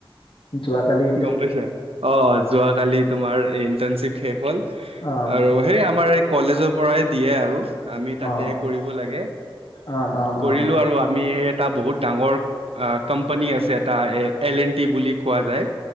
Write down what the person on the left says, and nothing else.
যোৱা কালি
অ
অ অ
অ অ
অ